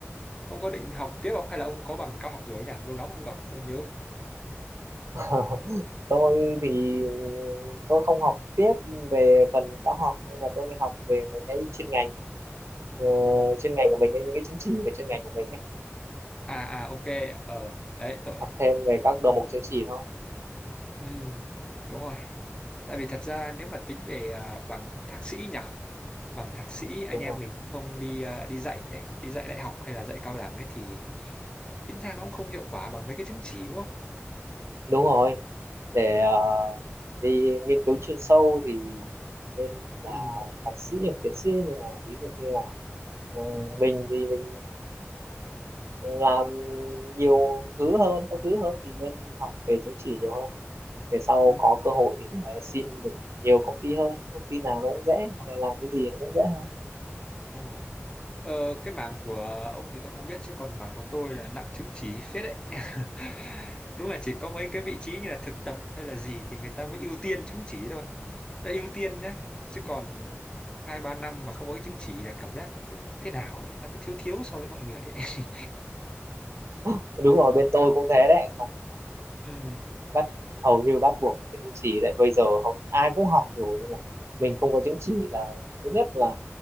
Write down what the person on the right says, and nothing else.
<laughs> tôi thì ừ, tôi không học tiếp về phần cao học nhưng mà tôi học về mấy cái chuyên ngành ờ, chuyên ngành của mình ấy, những cái chứng chỉ về chuyên ngành của mình ấy
học thêm về các đầu mục chứng chỉ thôi
đúng
rồi
đúng rồi để ờ, đi nghiên cứu chuyên sâu thì nên là
thạc sĩ hoặc tiến sĩ nhưng mà ví dụ như là ừ, mình thì mình làm nhiều thứ hơn các thứ hơn thì nên học về chứng chỉ nhiều hơn để sau
có cơ hội ờ, xin được nhiều công ty hơn công ty nào nó cũng dễ hoặc là làm cái gì nó cũng dễ hơn
<laughs> đúng rồi bên tôi cũng thế đấy không
bắt hầu như bắt buộc phải có chứng chỉ tại bây giờ hầu ai cũng học rồi nên là mình không có chứng chỉ là thứ nhất là